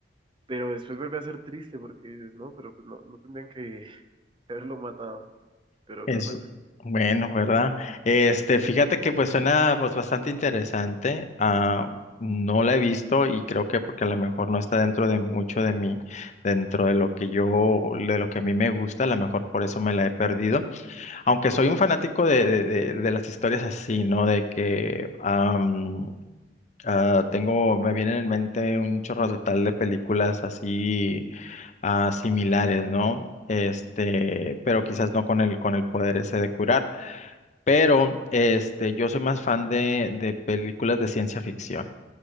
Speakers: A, on the right; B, on the left.
A: pero después vuelve a ser triste porque dices, no, pero pues no, no tendrían que <laughs> haberlo matado. Pero
B: Es
A: pues bueno,
B: bueno, ¿verdad? Este, fíjate que pues suena pues bastante interesante. Ah, no la he visto y creo que porque a lo mejor no está dentro de mucho de mí, dentro de lo que yo, de lo que a mí me gusta, a lo mejor por eso me la he perdido. Aunque soy un fanático de, de, de, de las historias así, ¿no? De que am, ah, tengo, me vienen en mente un chorro total de películas así ah, similares, ¿no? Este, pero quizás no con el con el poder ese de curar. Pero este, yo soy más fan de, de películas de ciencia ficción,